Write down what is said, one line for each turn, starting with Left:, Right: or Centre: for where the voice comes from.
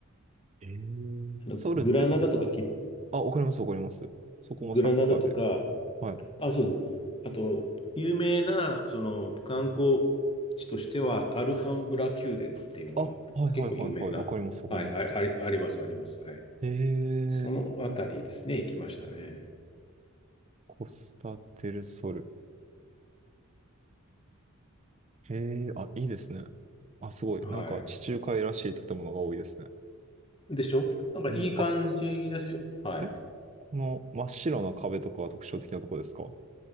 Right: へえ。
Left: あの、
Right: ソウルって、
Left: グラナダとかキ、
Right: あ、わかりますわかります。そこもサッカーで。
Left: グラナダとか、
Right: はい。
Left: あ、そうです。あと、有名な、その、観光地としては、アルハンブラ宮殿っていうのが、
Right: あ、はいはいはいはい。
Left: 結構有名な、
Right: わかりますわかります。
Left: はい、あ、あり、あります、あります。はい。
Right: へ
Left: そのあたりですね、行きましたね。
Right: コスタデルソル。へあ、いいですね。あ、すごい。
Left: はい。
Right: なんか地中海らしい建物が多いですね。
Left: でしょなんかいい感じですよ。
Right: うん、あ、
Left: はい。
Right: あれこの真っ白な壁とかが特徴的なとこですか